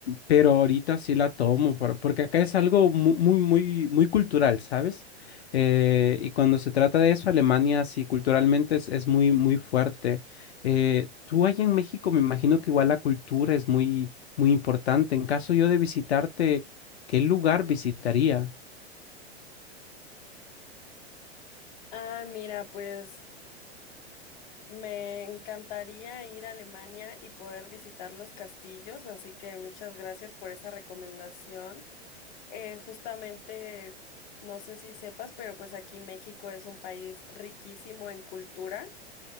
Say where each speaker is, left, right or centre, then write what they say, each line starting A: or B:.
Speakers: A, on the left; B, on the left.
A: pero ahorita sí la tomo, por- porque acá es algo mu- muy, muy, muy, cultural, ¿sabes? Eh, y cuando se trata de eso, Alemania sí culturalmente es, es muy, muy fuerte. Eh, tú allá en México me imagino que igual la cultura es muy, muy importante. En caso yo de visitarte, ¿qué lugar visitaría?
B: Ah, mira, pues me encantaría ir a Alemania y poder visitar los castillos, así que muchas gracias por esa recomendación. Eh, justamente, no sé si sepas, pero pues aquí México es un país riquísimo en cultura.